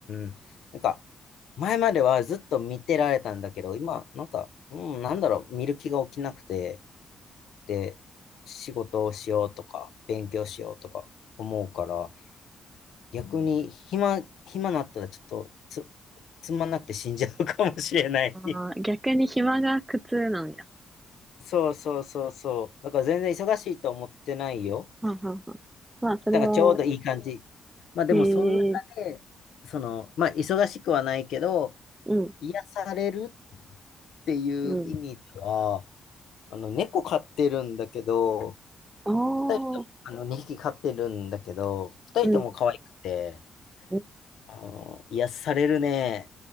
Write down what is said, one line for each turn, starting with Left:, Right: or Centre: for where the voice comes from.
Left: ん、なんか、前まではずっと見てられたんだけど、今、なんか、うん、なんだろう、見る気が起きなくて、で、仕事をしようとか、勉強しようとか思うから、逆に暇、暇なったらちょっとつ、つまんなくて死んじゃうかもしれない。
Right: あー逆に暇が苦痛なんや。
Left: <laughs> そうそうそうそう。だから全然忙しいと思ってないよ。
Right: はんはんはんまあ、それは、
Left: だからちょうどいい感じ。まあでもその中で、
Right: へえ、
Left: その、まあ忙しくはないけど、
Right: うん、
Left: 癒されるっていう意味では、
Right: うん。
Left: あの、猫飼ってるんだけど、
Right: ああ、
Left: 二人とも、あの、2匹飼ってるんだけど、二人とも可愛くて、
Right: うん、うん、
Left: あの、癒されるね。